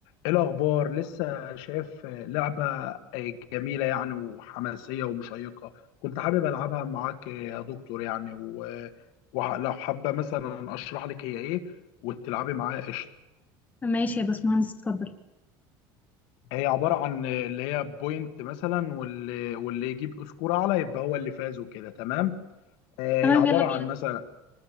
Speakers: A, on the left; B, on the left.
A: ايه الاخبار لسه شايف لعبه جميله يعني وحماسيه ومشيقه كنت حابب العبها معاك يا دكتور يعني و- ولو حابه مثلا اشرح لك هي ايه وتلعبي معايا قشطه
B: ماشي يا باشمهندس اتفضل
A: هي عباره عن اللي هي بوينت مثلا واللي واللي يجيب سكور اعلى يبقى هو اللي فاز وكده تمام آه،
B: تمام
A: هي عباره
B: يلا بينا
A: عن مثلا